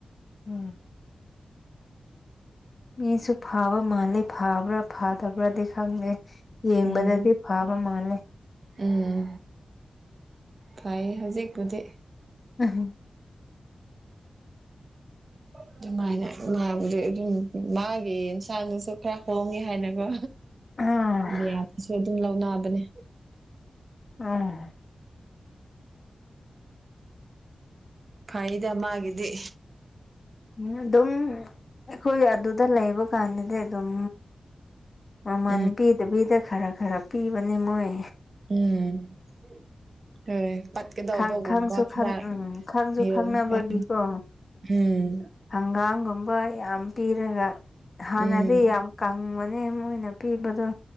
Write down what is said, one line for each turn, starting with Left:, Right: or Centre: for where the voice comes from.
Left: ꯎꯝ ꯃꯤꯁꯨ ꯐꯥꯕ ꯃꯥꯜꯂꯤ ꯐꯥꯕ꯭ꯔꯥ ꯐꯥꯗꯕ꯭ꯔꯥꯗꯤ ꯈꯪꯗꯦ ꯌꯦꯡꯕꯗꯗꯤ
Right: ꯎꯝ
Left: ꯐꯥꯕ ꯃꯥꯜꯂꯦ
Right: ꯎꯝ ꯐꯩꯌꯦ ꯍꯧꯖꯤꯛꯄꯨꯗꯤ
Left: ꯑꯍꯝ
Right: ꯑꯗꯨꯃꯥꯏꯅ ꯃꯥꯕꯨꯗꯤ ꯑꯗꯨꯝ ꯃꯥꯒꯤ ꯏꯟꯁꯥꯡꯗꯨꯁꯨ ꯈꯔ ꯍꯣꯡꯉꯦ ꯍꯥꯏꯅꯀꯣ
Left: ꯑꯥ
Right: ꯃꯌꯥꯝꯅꯁꯨ ꯑꯗꯨꯝ ꯂꯧꯅꯕꯅꯦ
Left: ꯎꯝ
Right: ꯐꯩꯗ ꯃꯥꯒꯤꯗꯤ
Left: ꯎꯝ ꯑꯗꯨꯝ ꯑꯩꯈꯣꯏ ꯑꯗꯨꯗ ꯂꯩꯕ ꯀꯥꯟꯗꯗꯤ ꯑꯗꯨꯝ ꯃꯃꯜ
Right: ꯎꯝ
Left: ꯄꯤꯗꯕꯤꯗ ꯈꯔ ꯈꯔ ꯄꯤꯕꯅꯦ ꯃꯣꯏ
Right: ꯎꯝ ꯍꯣꯏ
Left: <inaudible>
Right: ꯄꯠꯀꯗꯧꯕꯒꯨꯝꯕ
Left: ꯈꯪ ꯈꯪꯁꯨ
Right: ꯈꯔ
Left: ꯈꯪ ꯎꯝ ꯈꯪꯁꯨ
Right: ꯌꯦꯡꯉꯒ
Left: ꯈꯪꯅꯕꯒꯤꯀꯣ
Right: ꯎꯝ
Left: ꯍꯪꯒꯥꯝꯒꯨꯝꯕꯥꯏ ꯌꯥꯝ ꯄꯤꯔꯒ ꯍꯥꯟꯅꯗꯤ
Right: ꯎꯝ
Left: ꯌꯥꯝ ꯀꯪꯕꯅꯦ ꯃꯣꯏꯅ ꯄꯤꯕꯗꯣ